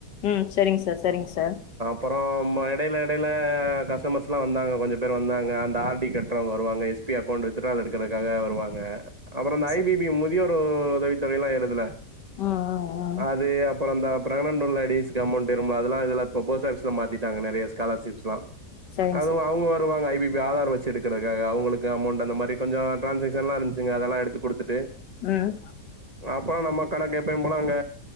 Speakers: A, on the left; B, on the right.
A: ம் சரிங்க சார் சரிங்க சார்
B: அப்றோ ம எடைல எடைல கஸ்டமர்ஸ்லா வந்தாங்க கொஞ்சொ பேர் வந்தாங்க அந்த ஆர் டி கட்றவங்க வருவாங்க எஸ் பி அப் பாண்டு வித்ட்ரா எடுக்றக்காக வருவாங்க அப்றோ இந்த
A: சரி
B: ஐ பி பி முதியோரு உதவித்தொகையெல்லா ஏறுதுல
A: ம் ம் ம்
B: அது அப் பறோ அந்த பிரக்னன்ட் லேடிஸ்க்கு அமௌண்ட் வரும்ல அதுலா இதுலா இப்போ போஸ்ட் ஆஃபிஸ்ல மாத்திட்டாங்க நெறைய ஸ்காலர்ஷிப்ஸ்லா
A: செரிங்க
B: அதுவு
A: சார்
B: அவுங்க வருவாங்க ஐ பி பி ஆதார் வச்சு எடுக்றதுக்காக அவங்களுக்கு இந்த அமௌண்ட் அந்த மாரி கொஞ்ச டிரான்சாக்ஷன்லா இருந்ச்சுங்க அதெல்லா எடுத்து குடுத்துட்டு
A: ம்
B: <inaudible> அப்றோ நம்ம கணக்கு எப்பயு போல அங்க